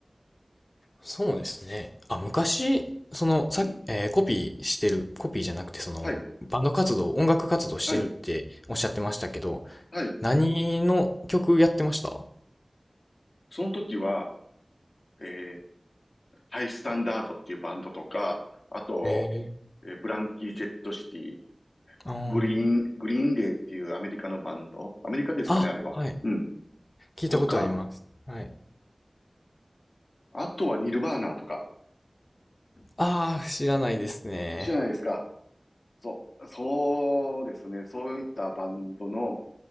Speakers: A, on the left (about 35°); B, on the left (about 80°).
A: そうですね。あ、昔、その、さ、
B: うん。
A: えーコピーしてる、コピーじゃなくて、その、
B: はい、
A: バンド活動、音楽活動してるっておっしゃってましたけど、
B: はい、はい。
A: 何の曲やってました
B: その時は、えーハイスタンダードっていうバンドとか、あと、
A: えー。
B: えーブランキー・ジェット・シティ、
A: あー
B: グリーン、グリーンデーっていうアメリカのバンド、アメリカですかね、
A: あ、
B: あれは。
A: はい。
B: うん。
A: 聞いたことあります。
B: とか、
A: はい。
B: あとはニルバーナーとか、
A: ああ、知らないですね。
B: 知らないですか。そう、そうですね。そういったバンドの